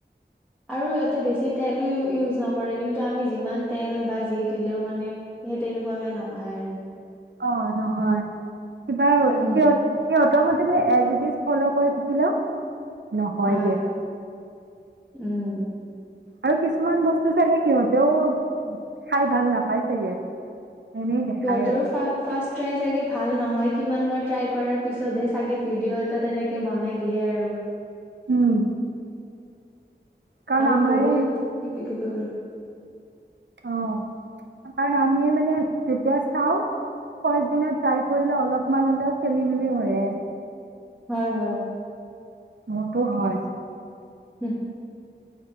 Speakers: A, in the centre; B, on the right.
A: আৰু সিহঁতে বেছি তেলো ইউজ নকৰে কিন্তু আমি যিমান তেল বা যি দিলেও মানে সেই তেনেকুৱাকে নহয় আৰু
B: অ নহয় কিবা
A: উম
B: সিহঁত সিহঁতৰ মতে সি মানে এ জি ই ফলৌ কৰি থই ছিলে। নহয়গে।
A: হয় উম
B: আৰু কিছুমান বস্তু চাগে সিহঁতেও খাই ভাল নাপায় চাগে। এনেই দেখায়
A: সিহঁতৰো
B: আৰু
A: ফা- ফাৰ্ষ্ট ট্ৰাই চাগে ভাল নহয় । কিমানবাৰ ট্ৰাই কৰাৰ পিছতহে চাগে ভিডিঅ' এটা তেনেকে বনাই দিয়ে আৰু।
B: উম কাৰণ
A: আৰু
B: আমাৰে
A: বহুত কিবা কি <unintelligible>
B: অ' কাৰণ আমিয়ে মানে যেতিয়া চাওঁ, ফাৰ্চ দিনা ট্ৰাই কৰিলে অলপমান হ'লেও খেলি-মেলি হয়ে।
A: হয় - হয়।
B: মোৰটো হয়।
A: <unintelligible>